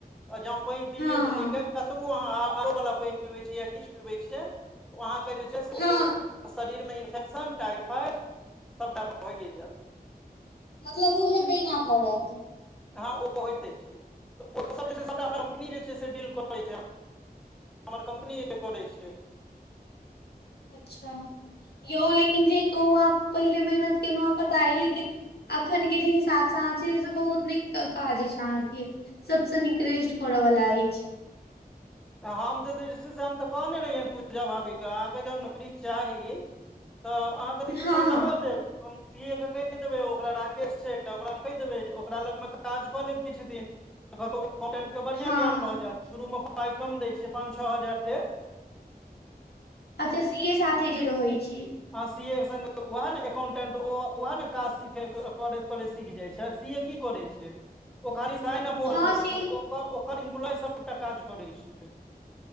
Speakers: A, in the centre; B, on the left (about 80°).
A: आ जॅं पाइन पीलियै
B: हँ
A: दिल्ली के कतबो ओ अहाँ आ- आरो बला पाइन पीबै छियै य किछ पीबै छियै ओ अहाँके जे छै से
B: हँ
A: ओ शरीर मे इन्फेक्शन, टाइफाइड सबटा भ‌इये जेएत।
B: मतलब उ हेब्बे टा करत।
A: हाँ ओ त होइते छै त ओ सब जे छै से सबटा हमरा कम्पनी जे छै से डील कऽ लै छै। हमर कम्पनी <unintelligible> छै।
B: अच्छा यौ लेकिन जे कहू अहाँ पहिले मेहनत केनौहेँ पता अइ लेकिन अखनके जे हिसाब सँ अहाँ छी से बहुत नीक काज अछि अहाँके सबसँ नीक। <unintelligible> करऽवला अछि।
A: हम तऽ जे छै से हम तऽ कहने रहियैन पूजा भाभी के अहाँके जँ नौकरी चाही। तऽ अहाँके जे छै
B: हँ
A: से हम लगबा
B: हँ
A: देब। हम सीए के कहि देबै ओकरा राकेश छै त ओकरा हम कहि देबै जे ओकरा लगमे काज कऽ लेब किछ दिन। कतौ एम्पोटैन्ट। के बढ़ियाँ
B: हँ
A: ज्ञान भऽ जायत शुरूमे पाइ कम दै छै पाँच छः हजार देत।
B: अच्छा सीे ए साथे जे रहै छी।
A: आ सी ए संगे ओहेने अकाउंटेंट ओ ओहन काज सीखे करैत करैत सीख जाइ छै। सी ए की करै छै? ओ खाली साइन आ मोहर
B: हँ
A: बढै
B: सी
A: छै ओ ओकर ओकर इम्प्लॉई सबटा काज करै छै।